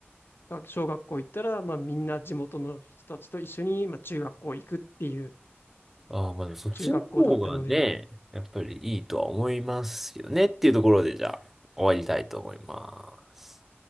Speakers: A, on the left; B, in the centre.
A: 学小学校行ったら、まあ、みんな地元の人たちと一緒に、まあ、中学校行くっていう
B: ああ、まあでもそっちの方がね、
A: 中学校だったので。
B: やっぱりいいとは思いますよねっていうところで、じゃあ、終わりたいと思います。